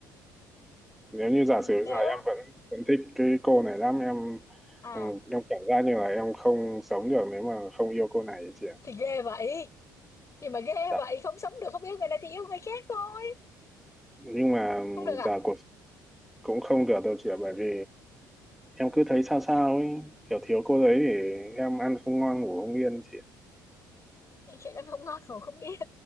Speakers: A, in the centre; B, on the left.
A: nếu
B: ừ,
A: như giả sử
B: nếu
A: giờ em vẫn vẫn thích cái cô này lắm em
B: à
A: ừ, em cảm giác như là em không sống được nếu mà không yêu cô này ấy chị ạ
B: thì ghê vậy gì mà ghê
A: Dạ.
B: vậy không sống được không yêu người này thì yêu người khác thôi
A: nhưng mà ừ,
B: không được à
A: giờ cuộc cũng không được đâu chị ạ bởi vì em cứ thấy sao sao ấy kiểu thiếu cô đấy để em ăn không ngon ngủ không yên chị
B: chuyện ăn không ngon ngủ không yên